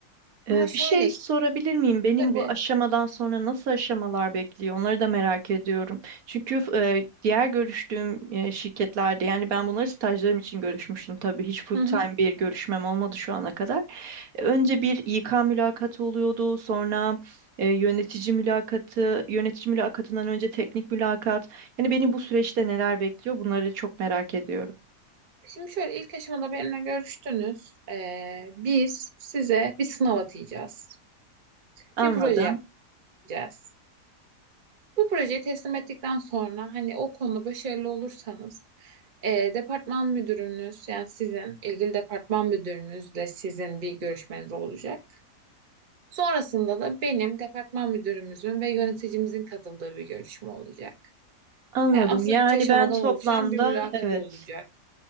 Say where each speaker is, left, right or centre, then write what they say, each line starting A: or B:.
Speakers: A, on the right; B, on the right.
A: Ama
B: Ee,
A: şöyle
B: bir şey sorabilir miyim? Benim
A: tabii.
B: bu aşamadan sonra nasıl aşamalar bekliyor? Onları da merak ediyorum. Çünkü e, diğer görüştüğüm e, şirketlerde yani ben bunları stajlarım için görüşmüştüm tabii. Hiç full
A: Hı
B: time
A: hı.
B: bir görüşmem olmadı şu ana kadar. E, önce bir İK mülakatı oluyordu. Sonra e, yönetici mülakatı, yönetici mülakatından önce teknik mülakat. Yani beni bu süreçte neler bekliyor? Bunları çok merak ediyorum.
A: Şimdi şöyle ilk aşamada benimle görüştünüz. E, biz size bir sınav atayacağız.
B: Anladım.
A: Bir proje yapacağız. Bu projeyi teslim ettikten sonra hani o konuda başarılı olursanız E, departman müdürünüz yani sizin ilgili departman müdürünüzle sizin bir görüşmeniz olacak. Sonrasında da benim departman müdürümüzün ve yöneticimizin katıldığı bir görüşme olacak.
B: Anladım.
A: Yani aslında
B: Yani
A: üç aşamadan
B: ben toplamda
A: oluşan bir mülakat
B: evet
A: olacak.